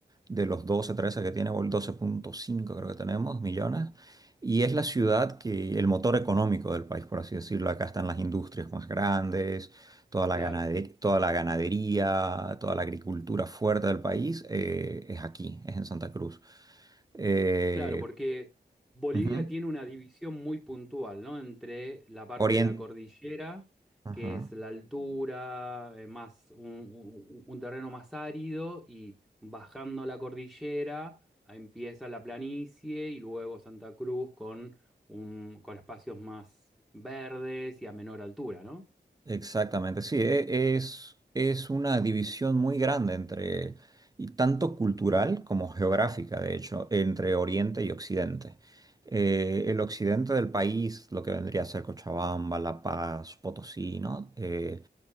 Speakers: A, on the right; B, in the centre.
A: de los 12 13 que tiene, o el doce punto cinco creo que tenemos millones, y es la ciudad que, el motor económico del país, por así decirlo. Acá están las industrias más grandes, toda la
B: Claro,
A: ganadería, toda la ganadería, toda la agricultura fuerte del país, eh, es aquí, es en Santa Cruz. Eh,
B: claro, porque Bolivia
A: ujú.
B: tiene una división muy puntual, ¿no? Entre la parte
A: Orien-
B: de la cordillera,
A: ajá.
B: que es la altura, eh, más un, un- un terreno más árido, y bajando la cordillera ahí empieza la planicie y luego Santa Cruz con, un, con espacios más verdes y a menor altura, ¿no?
A: Exactamente, sí, e- es, es una división muy grande entre, y tanto cultural como geográfica, de hecho, entre Oriente y Occidente. Eh, el occidente del país, lo que vendría a ser Cochabamba, La Paz, Potosí, ¿no? Eh,